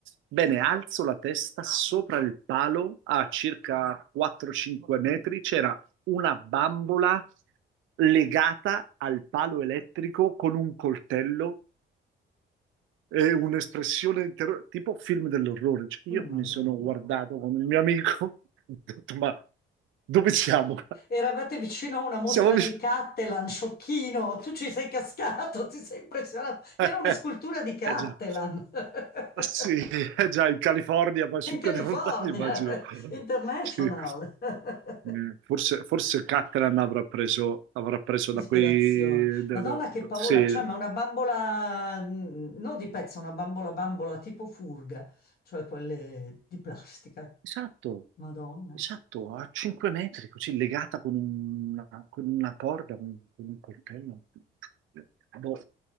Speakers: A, on the right (about 80°); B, on the left (about 50°).
A: Bene, alzo la testa sopra il palo a circa 4-5 metri c'era una bambola legata al palo elettrico con un coltello e un'espressione di terrore, tipo film dell'orrore. Cioè, io
B: mm, Madonna.
A: mi sono guardato con il mio amico, <laughs> ho detto, ma dove siamo?
B: Eravate vicino a una mostra
A: Siamo, vic-
B: di Cattelan, sciocchino, tu ci sei cascato, ti sei impressionato. Era
A: Eh
B: una scultura di Cattelan.
A: eh già.
B: <laughs>
A: Sì, eh già, in California, ma su
B: In California,
A: quelle montagne immagino.
B: International.
A: Sì.
B: <laughs>
A: Eh, Forse, forse Catalan avrà preso, avrà preso
B: Ispirazione.
A: da quei... da-
B: Madonna
A: da-
B: che
A: da-
B: paura,
A: sì,
B: cioè ma una bambola, mm, non di pezzo, una bambola bambola tipo furga, cioè quelle di plastica.
A: esatto,
B: Madonna.
A: esatto, a 5 metri, così legata con una, con una corda, con, con un coltello. Eh, Boh.